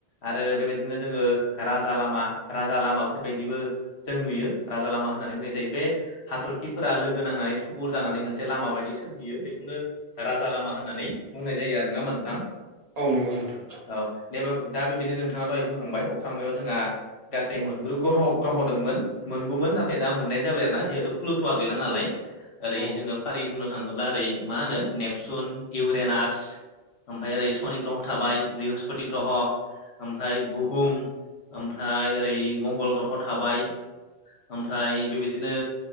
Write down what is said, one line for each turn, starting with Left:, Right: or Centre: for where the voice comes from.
Left: आरो बेबायदिनो जोङो राजा लामा राजा लामाफोरबायदिबो जों नुयो राजा लामा होननानै बुंनाय जायो बे हाथरखिफोरा लोगो नांनानै थुबुर जानानै मोनसे लामा बायदि सोमजियो बेखौनो राजा लामा होननानै बुंनाय जायो आरो नङा होमबा नोंथां।
Right: औ नंगौ नोंथां
Left: औ दे दा बेबायदि नोंथाङा दहाय बुंखांबाय अख्रांमायाव जोंहा गासै मोन गु ग्रह ग्रह मोन गु मोन नाथाय दा मोनदायन जाबाय आरोना दा फ्लुट' या गैलानालाय
Right: औ
Left: ओरै
Right: औ
Left: फारि बुंनो थाङोब्ला ओरै मा होनो नेपसुन इउरेनास ओमफ्राय ओरै सनि ग्रह थाबाय बृहस सनि ग्रह'ओमफ्राय
Right: औ
Left: बुहुम ओमफ्राय ओरै मंगल ग्रह' थाबाय ओमफ्राय बेबायदिनो